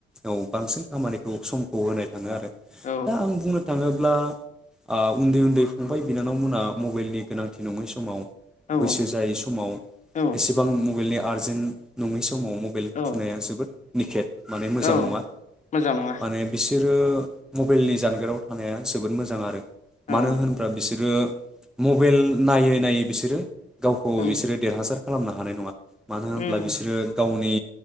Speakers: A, in the centre; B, on the left.
A: औ बांसिन खामानिखौ समखौ होनाय थांङो आरो
B: औ
A: दा आं बुंनो थांङोब्ला ओ उन्दै -उन्दै फंबाय बिनानावमोना मबाइलनि गोनांथि नंङै समाव
B: औ
A: बैसो जायै समाव
B: औ
A: एसेबां मु मबायलनि आर्जेन्ट नंङै समाव मबाइल
B: औ
A: थुनाया जोबोद निखेट माने मोजां
B: औ
A: नंङा
B: मोजां नङा
A: माने बिसोर ओ म मबेइलनि जानगाराव थानाया जोबोद मोजां आरो
B: औ
A: मानो होनोब्ला बिसोरो मबेइल नायै- नायै बिसोरो गावखौ
B: उम
A: बिसोरो देरहासार खालामनो हानाय नंङा मानो होनब्ला
B: उम
A: बिसोरो गावनि